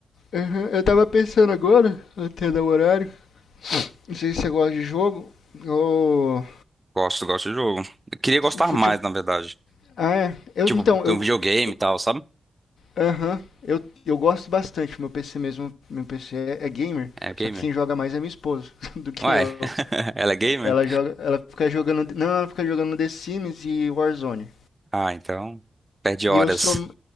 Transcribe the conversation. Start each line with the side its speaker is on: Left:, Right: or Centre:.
Left: aham, eu tava pensando agora, até dar o horário. Não sei se você gosta de jogo. O
Right: Gosto, gosto de jogo. Eu queria gostar
Left: futebol.
Right: mais, na verdade.
Left: Ah, é. Eu,
Right: Tipo,
Left: então,
Right: tem
Left: eu.
Right: um videogame
Left: eu-
Right: e tal, sabe?
Left: Aham. eu, eu gosto bastante. Meu PC mesmo. Meu PC é, é gamer.
Right: É gamer.
Left: Só que quem joga mais é minha esposa <laughs> do que
Right: Ué,
Left: eu.
Right: <laughs> ela é gamer?
Left: Ela joga. Ela fica jogando. Não, ela fica jogando The Sims e Warzone.
Right: Ah, então. Perde
Left: E
Right: horas.
Left: eu sou.